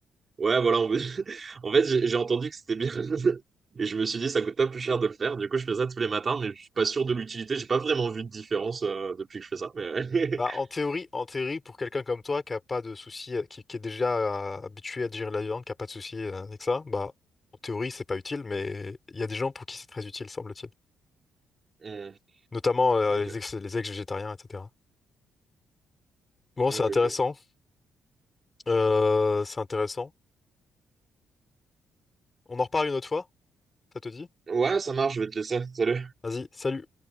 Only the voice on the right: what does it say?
ouais, voilà. En, <laughs> en fait, j'ai j'ai entendu que c'était bien. <laughs> Et je me suis dit, ça coûte pas plus cher de le faire. Du coup, je fais ça tous les matins, mais je suis pas sûr de l'utilité. J'ai pas vraiment vu de différence euh, depuis que je fais ça. Mais... ouais.
<laughs>
Mm.
Ok,
ok,
ok.
Ouais, ça marche, je vais te laisser. Salut.